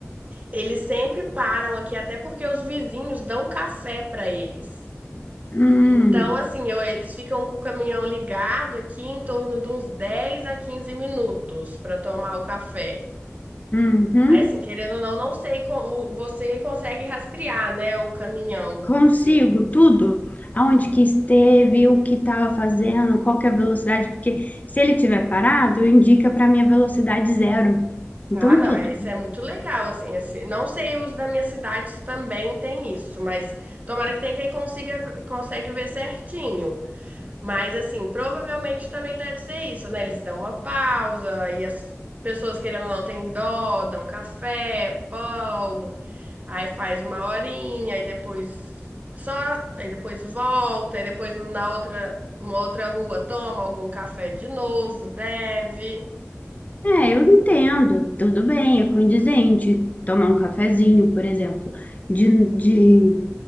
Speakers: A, on the right; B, on the left.
A: eles sempre param aqui, até porque os vizinhos dão café pra eles.
B: Hum,
A: Então, assim, eu- eles ficam com o caminhão ligado aqui em torno de uns 10 a 15 minutos pra tomar o café.
B: uhum.
A: Aí, assim, querendo ou não, não sei como você consegue rastrear, né, o caminhão
B: Consigo
A: deles.
B: tudo? Aonde que esteve, o que estava fazendo, qual que é a velocidade, porque se ele tiver parado, indica para mim a velocidade zero. Então,
A: Ah, não,
B: tudo.
A: é, isso é muito legal, assim, esse, não sei os da minha cidade se também tem isso, mas tomara que tenha quem consiga, consegue ver certinho. Mas assim, provavelmente também deve ser isso, né? Eles dão uma pausa e as pessoas querendo ou não têm dó, dão café, pão, aí faz uma horinha, aí depois só, aí depois volta, aí depois na outra, uma outra rua toma algum café de novo, deve.
B: É, eu entendo, tudo bem, é condizente tomar um cafezinho, por exemplo, de, de